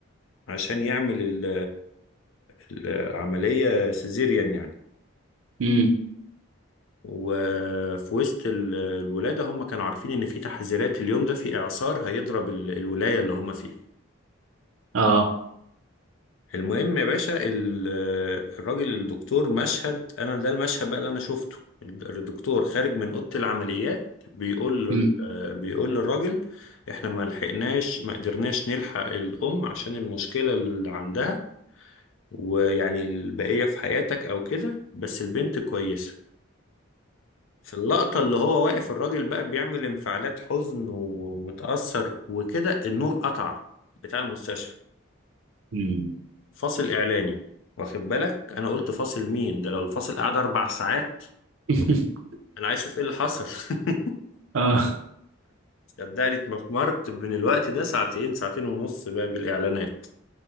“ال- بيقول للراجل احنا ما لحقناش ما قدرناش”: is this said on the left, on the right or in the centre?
Left